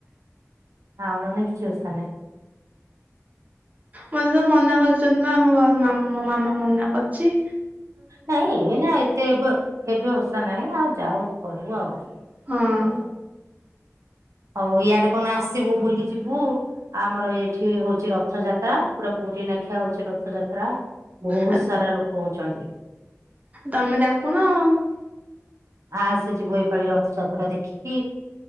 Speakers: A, on the right; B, on the right.
A: ଆଉ ନହେଲେ ନାଇଁ କିଛି ଓଷା ନାଇ
B: ମତେ ବ ମନା କରିଛନ୍ତି ଆମ ଘ ମୋ ମାମା ମନା କରଚି,
A: ନାଇଁ ନା ଏତେ ବ ଏବେ ଓଷା ନାହିଁ ଆଉ ଯାଉ କରିବୁ ଆଉ
B: ଆଉ
A: ଓଷା ହଉ ଇଆଡେ କଣ ଆସିବୁ ବୁଲିଯିବୁ ଆମର ଏଇଠି ହଉଛି ରଥଯାତ୍ରା। ପୁରା ପୁରୀ ନାଖିଆ ହଉଛି ରଥଯାତ୍ରା। ବହୁତ
B: ହଁ
A: ସାରା ଲୋକ ହଉଛନ୍ତି।
B: ତମେ ଡାକୁନ ଆଉ
A: ଆସେ ଯିବୁ ଏପାଳି ରଥଯାତ୍ରା ଦେଖିକି,